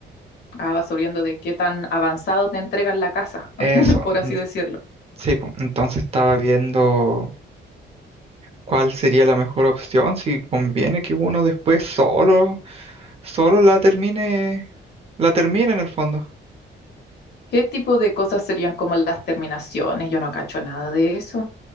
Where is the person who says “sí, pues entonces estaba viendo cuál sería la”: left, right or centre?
Right